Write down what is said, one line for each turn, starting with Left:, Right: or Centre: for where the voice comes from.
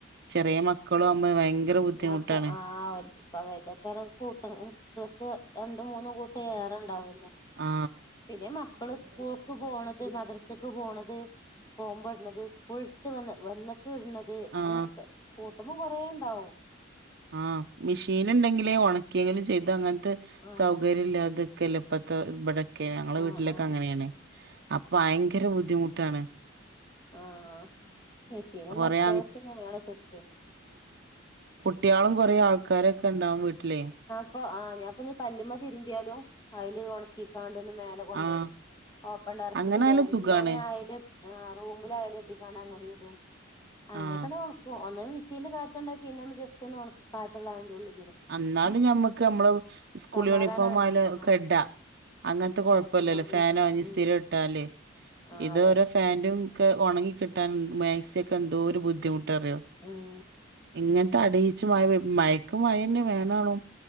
Right: ചെറിയ മക്കളും ആകുമ്പോ ഭയങ്കര ബുദ്ധിമുട്ടാണ്
Left: ഞാൻപ്പൊ ആ ഒറ്റക്കുമാകുമ്പോൾ കൂട്ടം ഡ്രസ്സ് രണ്ടും മൂന്നും കൂട്ടം ഏറെ ഉണ്ടാവും
Right: ആ
Left: പിന്നെ മക്കള് സ്കൂൾക്ക് പോണത് മദ്രസക്ക് പോണത് പോകുമ്പോഇട്ണത് സ്കൂൾ ഇട്ട് വന്ന് വന്നിട്ട് ഇടുന്നത്
Right: ആഹ്
Left: അങ്ങനത്തെ കൂട്ടുമ്പോം കൊറേ ഉണ്ടാവും
Right: ആഹ മെഷീൻ ഉണ്ടെങ്കിൽ ഉണക്കിയെങ്കിലും ചെയ്യാംഇത് അങ്ങനത്തെ
Left: ആഹ്
Right: സൗകര്യം ഇല്ല അത് കല്ലപ്പത്തെ ഇവിടെക്കെ ഞങ്ങളെ
Left: ആഹ്
Right: വീട്ടിലൊക്കെ
Left: ആഹ്
Right: അങ്ങനെയാണ് അപ്പൊ ഭയങ്കര ബുദ്ധിമുട്ടാണ്
Left: ആ മെഷീനൊന്ന്
Right: കൊറേ
Left: അത്യാവശ്യത്തിന് വേണം ശെരിക്ക്.
Right: കുട്ടികളും കൊറേ ആൾക്കാരൊക്കെ എണ്ടാവും വീട്ടിലേ
Left: അപ്പൊ ആ ഞാൻ ഇപ്പ ഇനി കല്ലുമ്മേ തിരുമ്പിയാലും അതില് ഒണക്കികാ ങ്ങട് മേലെ കൊണ്ടെയിടും
Right: ആഹ്
Left: ഓപ്പൺ ടെറസിൽ
Right: അങ്ങനായാലും
Left: ഇടും അല്ലങ്കിൽ
Right: സുഖാണ്
Left: ഞാന് അയേലിട് ആ റുമില് അയേല് കെട്ടിക്കാണ് അങ്ങനെ ഇടും അങ്ങനെയൊക്കെണ്
Right: ആഹ്
Left: ഒണക്കും ഒന്ന് വീശി <unintelligible> കാറ്റെണ്ട പിന്നൊന്ന് ജസ്റ്റ് ഒന്ന് ഒണ കാറ്റ് കൊള്ളാനെല്ലേ ഉള്ളു
Right: എന്നാലും ഞമ്മക്ക് നമ്മള് സ്കൂൾ
Left: സമാധാനാണ്
Right: യൂണിഫോം ആയാലും
Left: ആ
Right: ക്കെഡാ അങ്ങനത്തെ കൊഴപ്പില്ലല്ലോ
Left: മക്കളത് ഉണങ്ങിയപ്പോ
Right: ഫാനോ ഇഞ്ഞിസ്തിരി
Left: ഉം
Right: ഇട്ടാല്
Left: ആ
Right: ഇത്
Left: അതെ
Right: ഓരോ ഫാന്റും ക്കെ ഒണങ്ങി കിട്ടാനെ മാക്സി ഒക്കെ എന്തോര് ബുദ്ധിമുട്ടറിയോ
Left: ഉം
Right: ഇങ്ങന തടിയിച്ചു മഴപെയ് മഴക്ക് മഴേന്നെ വേണാണോ